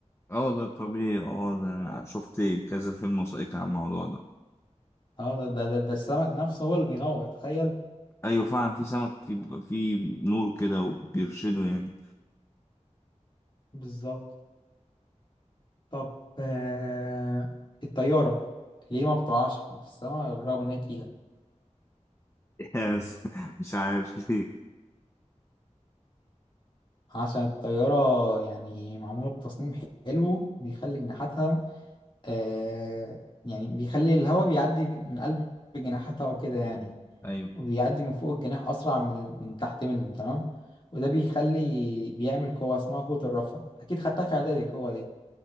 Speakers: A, on the left; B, on the left.
A: اه ده طبيعي اه ده أنا شفت كذا فيلم وثائقي عن الموضوع ده
B: اه ده ده ده, ده السمك نفسه هو اللي بينور تخيل
A: أيوة فعلا في سمك في في نور كده وبيرشده يعني
B: بالظبط طب آه الطيارة ليه ما بتقعش في السماء بالرغم ان هي تقيلة
A: يس <laughs> مش عارف ليه
B: عشان الطيارة يعني معمولة بتصميم حلو بيخلي جناحاتها آه يعني بيخلي الهواء بيعدي من قلب جناحاتها وكده يعني
A: ايوه
B: وبيعدي من فوق الجناح أسرع من ال- من تحت منه تمام وده بيخلي بيعمل قوة اسمها قوة الرفع أكيد خدتها في إعدادي القوة دي